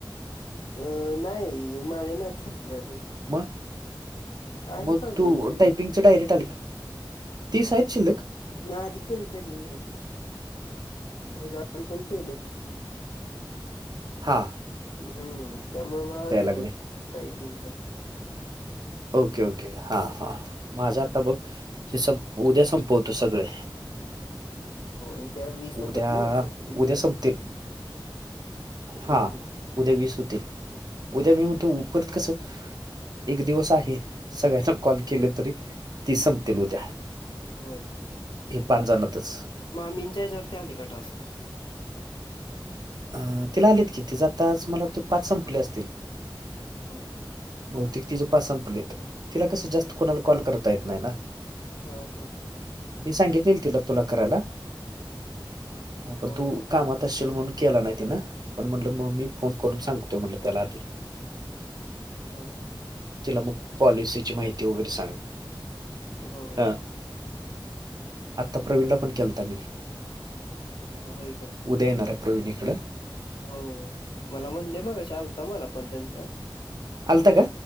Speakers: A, on the left; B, on the right.
A: अं नाही माझ्या नाही संपले अजून
B: मग
A: आहेत
B: मग
A: अजून
B: तू
A: शिल्लक.
B: टायपिंगच डायरेक्ट आले का ती साहित शिल्क
A: मी आधी केलं तरी हच्या आधी पण केलेत
B: हा
A: हम्म त्यामुळे मला आलेलं
B: लागले
A: टायपिंगच
B: ओके ओके हा हा माझ्या आता बघ हे स उद्या संपवतो सगळे
A: उद्या वीस होतात
B: उद्या
A: ना कंप्लीट.
B: उद्या संपतील
A: हं,
B: हा
A: हं.
B: उद्या मी सुतील उद्या मी म्हणतो उरत कसं एक दिवस आहे सगळ्यांना कॉल केलं तरी ती संपतील उद्या
A: होय
B: हे पाच जणतच
A: मामींच्याच्यावर आली का टास्क
B: अ तिला आलेत कि ते ज आताच मला वाटते पाच संपले असतील
A: होय
B: बहुतेक ति जे पाास संपलेत तिला कस जास्त कोणाला कॉल करता येत नाही ना
A: हा हा
B: मी सांगितल तिला तुला करायला पण
A: होय.
B: तू काम ण के नाही ना पण म्हट मग मी फोन करून सांगतो म्ह त्याला आधी
A: हा हा
B: तिला मग पॉलिसीची माहिती वगैरे सांग
A: हो,
B: ह आता प्रवीणला पण केलता मी
A: होय काय
B: उदयनार आहे प्रवीण इकडं
A: हो मला म्हणले म कशा आलता मला पण त्यांच
B: आलता का